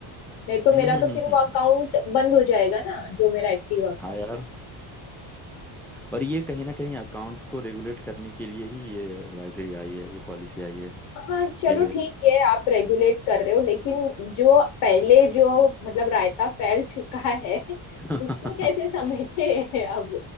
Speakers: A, on the left (about 85°); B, in the centre.
A: नहीं तो
B: हम्म
A: मेरा
B: हम्म
A: तो
B: हम्म
A: फिर वो
B: हम्म।
A: अकाउंट बंद हो जाएगा ना जो मेरा एक्टिव अकाउंट
B: हाँ यार और ये कहीं ना कहीं अकाउंट को रेगुलेट करने के लिए ही ये एडवाइजरी आई है ये पॉलिसी आई है
A: हाँ चलो
B: कि
A: ठीक है आप रेगुलेट कर रहे हो लेकिन जो पहले जो मतलब रायता फैल चुका है <laughs>
B: <laughs>
A: उसको कैसे समेटे <laughs> अब